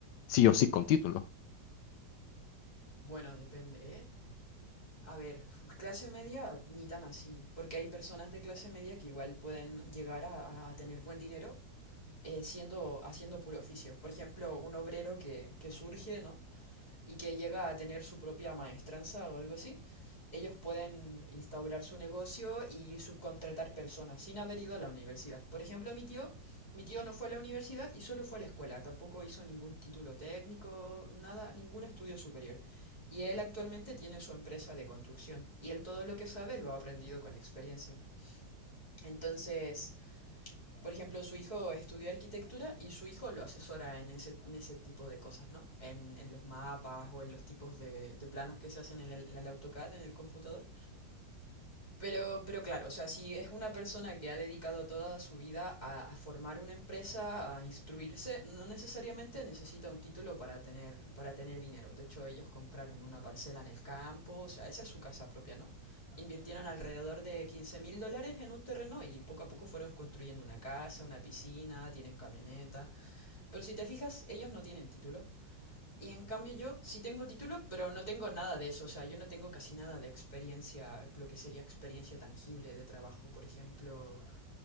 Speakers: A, on the left; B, on the left.
A: sí o sí con título.
B: Bueno, depende, ¿eh? A ver, clase media ni tan así, porque hay personas de clase media que igual pueden llegar a, a- a tener buen dinero eh, siendo, haciendo puro oficio. Por ejemplo, un obrero que, que surge, ¿no? Y que llega a tener su propia maestranza o algo así. Ellos pueden instaurar su negocio y subcontratar personas sin haber ido a la universidad. Por ejemplo, mi tío, mi tío no fue a la universidad y solo fue a la escuela. Tampoco hizo ningún título técnico, nada, ningún estudio superior. Y él actualmente tiene su empresa de construcción. Y él todo lo que sabe lo ha aprendido con experiencia. Entonces, por ejemplo, su hijo estudió arquitectura y su hijo lo asesora en ese, en ese tipo de cosas, ¿no? En, en los mapas o en los tipos de, de planos que se hacen en el, en el AutoCAD, en el computador. Pero, pero claro, o sea, si es una persona que ha dedicado toda su vida a, a formar una empresa, a instruirse, no necesariamente necesita un título para tener, para tener dinero. De hecho, ellos compraron una parcela en el campo, o sea, esa es su casa propia, ¿no? Invirtieron alrededor de 15 mil dólares en un terreno y poco a poco fueron construyendo una casa, una piscina, tienen camioneta. Pero si te fijas, ellos no tienen título. Y en cambio yo sí tengo título, pero no tengo nada de eso. O sea, yo no tengo casi nada de experiencia, lo que sería experiencia tangible de trabajo, por ejemplo,